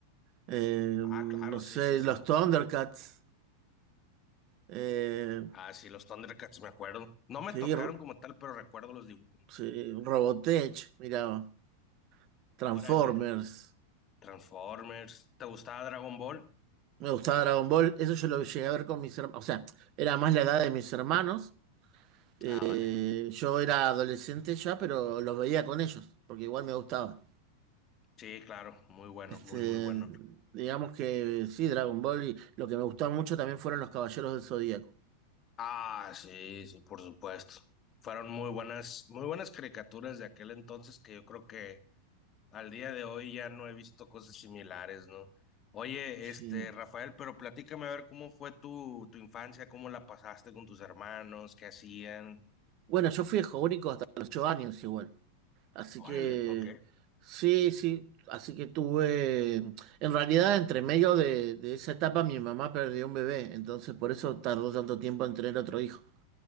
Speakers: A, on the right; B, on the left.
A: eh, no
B: Ah, claro,
A: sé,
B: sí, sí, sí.
A: los Thundercats, eh,
B: Ah, sí, los Thundercats, me acuerdo. No me
A: sí,
B: tocaron
A: ro-
B: como tal, pero recuerdo los dibujos.
A: sí, Robotech, miraba, Transformers.
B: Órale, Transformers. ¿Te gustaba Dragon Ball?
A: Me gustaba Dragon Ball, eso yo lo llegué a ver con mis hermanos, o sea, era más la edad de mis hermanos. Eh,
B: Ah, vale.
A: yo era adolescente ya, pero los veía con ellos, porque igual me gustaba.
B: Sí, claro, muy bueno,
A: Este,
B: muy, muy bueno.
A: digamos que sí, Dragon Ball y lo que me gustaba mucho también fueron los Caballeros del Zodíaco.
B: Ah, sí, sí, por supuesto. Fueron muy buenas, muy buenas caricaturas de aquel entonces que yo creo que al día de hoy ya no he visto cosas similares, ¿no? Oye,
A: Sí.
B: este, Rafael, pero platícame a ver cómo fue tu, tu infancia, cómo la pasaste con tus hermanos, qué hacían.
A: Bueno, yo fui hijo único hasta los 8 años igual. Así
B: Órale,
A: que
B: ok,
A: sí, sí, así que tuve, en realidad entre medio de, de esa etapa mi mamá perdió un bebé, entonces por eso tardó tanto tiempo en tener otro hijo.